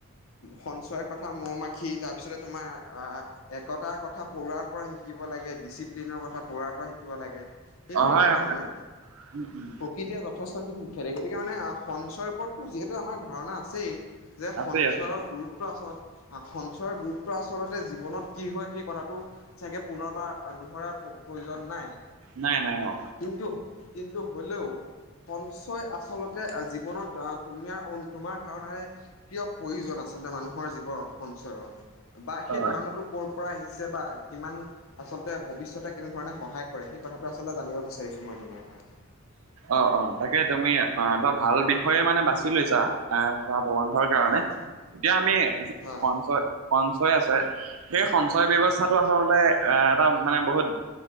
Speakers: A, on the left; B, on the right.
A: সঞ্চয়ৰ কথা মৌ-মাখি তাৰপিছতে তোমাৰ আহ আ একতাৰ কথা পৰুৱাৰ পৰা শিকিব লাগে। ডিচিপ্লিনৰ কথা পঢ়াৰ পৰা শিকিব লাগে। এইখিনি
B: অ', হয়,
A: কথা
B: হয়,
A: মানে,
B: উম, উম।
A: প্ৰকৃতিয়ে যথেষ্ট গতিকে মানে সঞ্চয়ৰ ওপৰতো যিহেতু আমাৰ ধাৰণা আছেই, যে
B: আছে
A: সঞ্চয়ৰ
B: আছে
A: গুৰুত্ সেইটো আচল সা সঞ্চয়ৰ গুৰুত্ব আচলতে জীৱনত কি হয় সেই কথাটো চাগে পুনৰবাৰ আৰ দোহৰাৰ প প্ৰয়োজন নাই।
B: নাই নাই অ।
A: কিন্তু কিন্তু হলেও। সঞ্চয় আচলতে জীৱনত আহ তুমিয়া ঔন তোমাৰ ধাৰণাৰে। কিয় প্ৰয়োজন আচলতে মানুহৰ জীৱনত সঞ্চয়ৰ বা সেই
B: অ
A: ধাৰণাটো কৰ। পৰা আহিছে বা কিমান আচলতে ভৱিষ্যতে কেনেধৰণে সহায় কৰে সেই কথা। টো আচলতে জানিব বিচাৰিছো মই তোমাৰ পৰা।
B: অ অ তাকে তুমি অ এটা ভাল বিষয়ে মানে বাছি লৈছা। আহ গ প্ৰবন্ধৰ কাৰণে,
A: হয়
B: এতিয়া আমি যি
A: হয়
B: সঞ্চয় সঞ্চয় আছে সেই সঞ্চয় ব্যৱস্থাটো
A: হয়
B: আচলতে এটা মানে বহুত